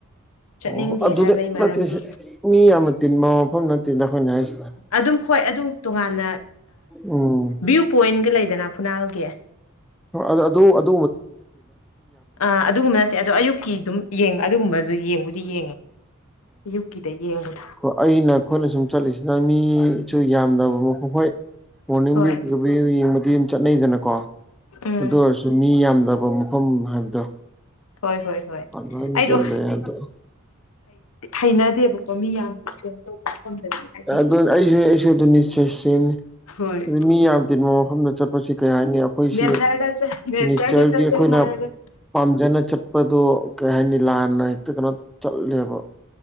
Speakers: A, on the left (about 75°); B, in the centre.
A: ꯆꯠꯅꯤꯡꯗꯦ
B: ꯑꯣ ꯑꯗꯨꯗ
A: ꯍꯥꯏꯕꯒꯤ ꯃꯔꯝꯗꯤ
B: ꯅꯠꯇꯦ ꯃꯤ ꯌꯥꯝꯅ ꯇꯤꯟꯕ ꯃꯐꯝ ꯅꯠꯇꯦꯗ ꯑꯩꯈꯣꯏꯅ ꯍꯥꯏꯁꯤꯅ
A: ꯑꯗꯨꯝ ꯍꯣꯏ ꯑꯗꯨ ꯇꯣꯉꯥꯟꯅ
B: ꯎꯝ
A: ꯚ꯭ꯌꯨ ꯄꯣꯏꯟꯒ ꯂꯩꯗꯅ ꯐꯨꯅꯥꯜꯒꯤ
B: ꯍ ꯑꯗꯨ ꯑꯗꯨ
A: ꯑ ꯑꯗꯨꯒꯨꯝꯕ ꯅꯠꯇꯦ ꯑꯗꯣ ꯑꯌꯨꯛꯀꯤ ꯑꯗꯨꯝꯡ ꯑꯗꯨꯒꯨꯝꯕꯗꯨ ꯌꯦꯡꯕꯨꯗꯤ ꯌꯦꯡꯉꯦ ꯑꯌꯨꯛꯀꯤꯗ ꯌꯦꯡꯕꯗꯣ
B: ꯑ ꯑꯩꯅ ꯑꯩꯈꯣꯏꯅ ꯁꯨꯝ ꯆꯠꯂꯤꯁꯤꯅ ꯃꯤ ꯌꯥꯝꯗꯕ ꯃ ꯍꯣꯏ ꯃꯣꯔꯅꯤꯡ
A: ꯍꯣꯏ
B: ꯌꯦꯡꯕꯗꯤ ꯑꯗꯨꯝ ꯆꯠꯅꯩꯗꯅꯀꯣ
A: ꯎꯝ
B: ꯑꯗꯨ ꯑꯣꯏꯔꯁꯨ ꯃꯤ ꯌꯥꯝ ꯐꯖꯕ ꯃꯐꯝ ꯍꯥꯏꯕꯗꯣ
A: ꯍꯣꯏ ꯍꯣꯏ ꯍꯣꯏ
B: ꯑꯗꯨꯃꯥꯏꯅ
A: ꯑꯩꯗꯣ
B: ꯆꯠꯂꯦ ꯑꯗꯣ
A: ꯍꯩꯅꯗꯦꯕꯀꯣ ꯃꯤ ꯌꯥꯝꯅ ꯀꯩꯅꫭ ꯃꯐꯝꯗꯗꯤ ꯇꯧꯕ ꯍꯥꯏꯗꯤ
B: ꯑꯗꯨ ꯑꯩꯖꯨ ꯑꯩꯁꯨ ꯑꯗꯨꯅꯤ ꯆ‌ꯦ ꯁ‌ꯦꯝꯅ‌‌ꯦ
A: ꯍꯣꯏ
B: ꯑꯗꯨ ꯃꯤ ꯌꯥꯝ ꯇꯤꯟꯕ ꯃꯐꯝꯗ ꯆꯠꯄꯁꯤ ꯀꯩ ꯍꯥꯏꯅꯤ ꯑꯩꯈꯣꯏꯁꯤ
A: ꯅꯦꯆꯔꯗ ꯆꯠ ꯅꯦꯆꯔꯗ
B: ꯅꯦꯆꯔꯒꯤ
A: ꯆꯠꯁꯦ
B: ꯑꯩꯈꯣꯏꯅ
A: ꯍꯥꯏꯔꯒ
B: ꯄꯥꯝꯖꯅ ꯆꯠ ꯆꯠꯄꯗꯣ ꯀꯩ ꯍꯥꯏꯅꯤ ꯂꯥꯟꯅ ꯍꯦꯛꯇ ꯀꯩꯅꯣ ꯆꯠꯂꯦꯕ ꯑ